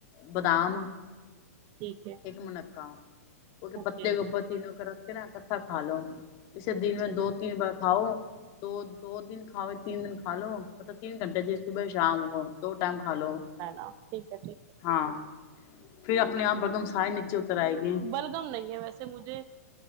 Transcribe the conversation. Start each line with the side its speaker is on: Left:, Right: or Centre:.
Left: بادام
Right: ٹھیک ہے
Left: ایک منقه کیک
Right: اوکے
Left: پتے گوپ تینوں کے رکھ کے نا اکٹھا کھا لو اسے دن
Right: اچھا
Left: میں
Right: جی
Left: دو تین بار کھاؤ تو دو دن کھاؤ تین دن کھا لو مطلب تین گھنٹے جی صبح شام ہو دو ٹائم کھا لو
Right: ہاں ٹھیک ہے ٹھیک ہے
Left: ہاں پھر اپنے آپ بگم سارے نیچے اتر آئے گی
Right: بلگم نہیں ہے ویسے مجھے